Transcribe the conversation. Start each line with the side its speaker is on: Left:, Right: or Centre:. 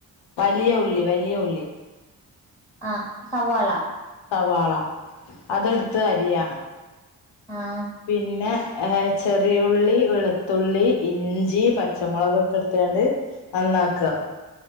Left: വലിയ ഉള്ളി വലിയ ഉള്ളി.
Centre: ആഹ് സവോള-
Left: സവാള അതെടുത്ത് അരിയാ
Centre: ആഹ്.
Left: പിന്നെ ഏഹ് ചെറിയുള്ളി വെളുത്തുള്ളി ഇഞ്ചി പച്ചമൊളകൊക്കെ എടുത്ത് കാണ്ട് നന്നാക്കാ-